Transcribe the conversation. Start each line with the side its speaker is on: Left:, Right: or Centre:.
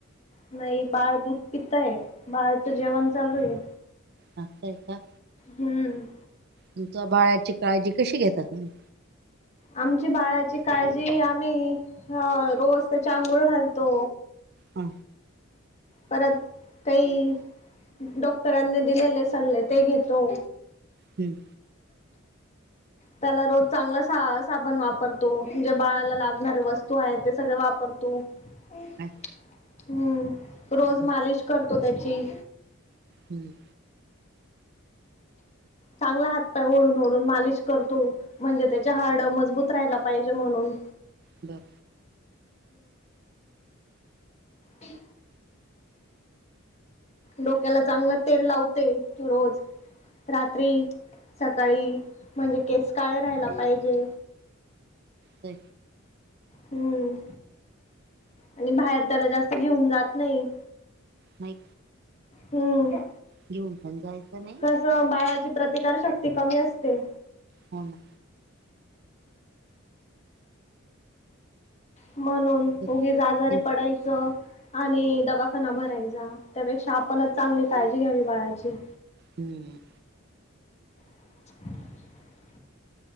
Left: नाही बाळ दूध पितय, बाळचं जेवण चालू आहे.
Right: नस्तय का?
Left: हम्म
Right: तुमचं बाळची काळजी कशी घेतात तुम्ही?
Left: आमची बाळाची काळजी, आम्ही अ रोज त्याच्या आंघोळ घालतो.
Right: हा
Left: परत काही डॉक्टरांनी दिलेले सल्ले ते घेतो.
Right: हम्म
Left: त्याला रोज चांगला सा साबण वापरतो, म्हणजे बाळाला लागणारे वस्तू आहेत ते सगळे वापरतो. हम्म,
Right: अच्छा,
Left: रोज
Right: हम्म
Left: मालिश करतो त्याची.
Right: हम्म.
Left: चांगला हात पाय ओढून -ओढून मालिश करतो, म्हणजे त्याचे हाड मजबूत राहायला पाहिजे म्हणून
Right: बरं
Left: हम्म डोक्याला चांगलं तेल लावते, रोज. रात्री, सकाळी म्हणजे केस काळे राहायला पाहिजे.
Right: ते
Left: हम्म आणि बाहेर त्याला जास्त घेऊन जात नाही.
Right: नाही.
Left: हम्म
Right: येऊ पण जायचा नाही
Left: कसं बाळाची प्रतिकार शक्ती कमी असते.
Right: हो ना
Left: म्हणून
Right: तेच
Left: उगीचआजारी
Right: ते.
Left: पडायचं. आणि दवाखाना भरायचा, त्यापेक्षा आपणच चांगली काळजी घ्यावी बाळाची.
Right: हम्म
Left: <unintelligible> <inaudible>